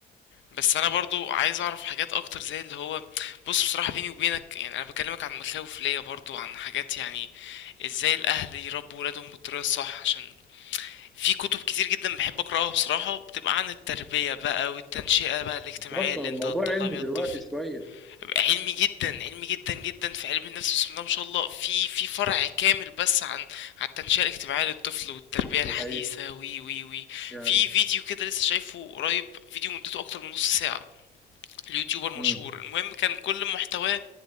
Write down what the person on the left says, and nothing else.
بس انا برضو عايز اعرف حاجات اكتر زي اللي هو بص بصراحة بيني وبينك يعني انا بكلمك عن مخاوف ليا برضو عن حاجات يعني ازاي الاهل يربوا ولادهم بالطريقة الصح عشان في كتب كتير جدا بحب اقراها بصراحة بتبقى عن التربية بقى والتنشئة بقى الاجتماعية
اللي
انت هتطلع
بيها
الطفل
بيبقى علمي جدا علمي جدا جدا في علم النفس بسم الله ما شاء الله في في فرع كامل بس عن عن التنشئة الاجتماعية للطفل والتربية الحديثة
وي وي وي
في فيديو كده لسه شايفه قريب فيديو مدته اكتر من نص ساعة اليوتيوبر مشهور
المهم كان كل محتواه